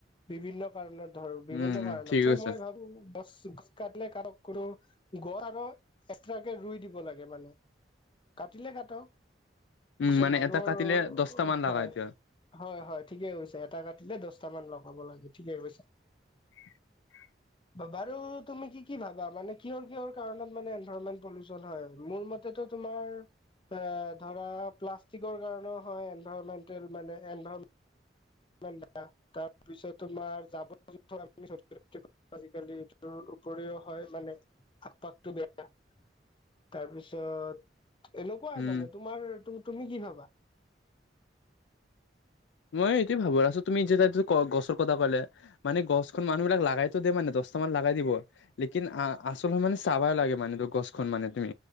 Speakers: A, on the left; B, on the left.
A: বিভিন্ন কাৰণত। ধৰ বিভিন্ন
B: উম উম
A: কাৰণত
B: ঠিক আছে
A: মই ভাবো গছ কাটিলে কৰক কৰো গছ আৰু- এক্সট্ৰাকৈ ৰুই দিব লাগে মানে, কাটিলে কাটক।
B: উম,
A: চ'
B: মানে
A: মানুহৰ,
B: এটা কাটিলে দহটা মান
A: হয়।
B: লাগা এতিয়া
A: হয়-হয়, ঠিকে কৈছে, এটা কাটিলে দহটামান লগাব লাগে ঠিকে কৈছে।
B: <inaudible>
A: বাৰু তুমি কি কি ভাবা মানে কিহৰ-কিহৰ কাৰণত মানে এনভাইৰণমেন্ট পলিউচন হয়। মোৰ মতে তো- তোমাৰ ধৰা প্লাষ্টিকৰ কাৰণেও হয়। <inaudible> তাৰ পিছত তোমাৰ <unintelligible> আজিকালিটো উপৰিও হয় মানে। <unintelligible> বেয়া, তাৰপিছত- এনেকুৱাই
B: উম।
A: মানে, তোমাৰ তুমি কি ভাবা?
B: মই এইটোৱেই ভাৱো লাষ্টত তুমি যে তাই গছৰ কথা ক'লে। মানে গছখন মানুহ বিলাক লগাই দিবতো দে মানে দহটা মান লগাই দিব। লেকিন আচল হয় মানে চাবাই লাগে মানে তোৰ গছখন মানে তুমি।